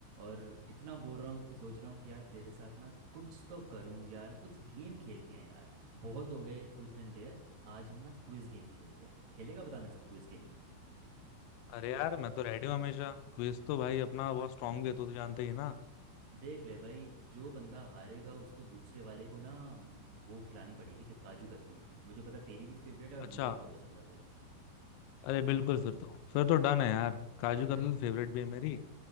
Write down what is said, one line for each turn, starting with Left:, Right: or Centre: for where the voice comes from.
Right: और इतना बोर रहा हूँ कि सोच रहा हूँ कि यार तेरे साथ ना कुछ तो करूँ यार कुछ गेम खेलते हैं यार बहुत हो गया ये ट्रूथ एंड डेयर आज हम ना क्विज गेम खेलते हैं खेलेगा बता मेरे साथ क्विज गेम
Left: अरे यार मैं तो रेडी हूँ हमेशा क्विज तो भाई अपना बहुत स्ट्रांग भी है तू तो जानते ही है ना
Right: देख ले भाई जो बंदा हारेगा उसको दूसरे वाले को ना वो खिलानी पड़ेगी फिर काजू कतली मुझे पता तेरी भी फेवरेट है और
Left: अच्छा
Right: मुझे बहुत पसंद है वो
Left: अरे बिल्कुल फिर तो फिर तो डन है यार काजू
Right: <laughs>
Left: कतली फेवरेट भी है मेरी